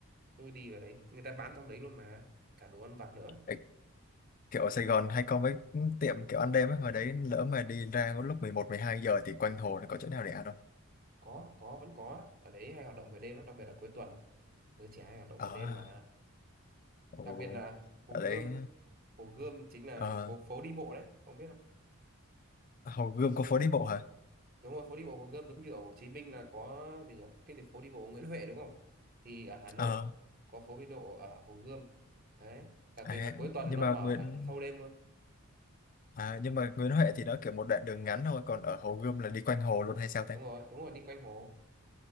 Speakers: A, on the right; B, on the left.
A: cứ đi vào đấy người ta bán trong đấy luôn mà cả đồ ăn vặt nữa
B: Để kiểu ở
A: Ừ.
B: Sài Gòn hay có mấy tiệm kiểu ăn đêm ấy hồi đấy lỡ mà đi ra lúc mười một mười hai giờ thì quanh hồ nó có chỗ nào để ăn không
A: có có vẫn có ở đấy hay hoạt động về đêm lắm đặc biệt là cuối tuần giới trẻ hay hoạt động
B: à
A: về đêm mà
B: Ồ,
A: đặc biệt là Hồ
B: ở
A: Gươm
B: đấy
A: Hồ Gươm chính là
B: ờ,
A: phố phố đi bộ đấy ông biết không
B: Hồ Gươm có phố đi bộ hả?
A: đúng rồi phố đi bộ Hồ Gươm giống như ở Hồ Chí Minh là có gì nhỉ cái gì phố đi bộ Nguyễn Huệ đúng không thì ở Hà Nội
B: Ờ,
A: có phố đi bộ ở Hồ Gươm đấy đặc
B: à,
A: biệt là cuối tuần
B: nhưng
A: nó
B: mà
A: mở
B: Nguyễn
A: thâu đêm luôn
B: à, nhưng mà Nguyễn Huệ thì nó kiểu một đoạn đường ngắn thôi, còn ở Hồ Gươm là đi quanh hồ luôn hay sao ta?
A: đúng rồi đúng rồi đi quanh hồ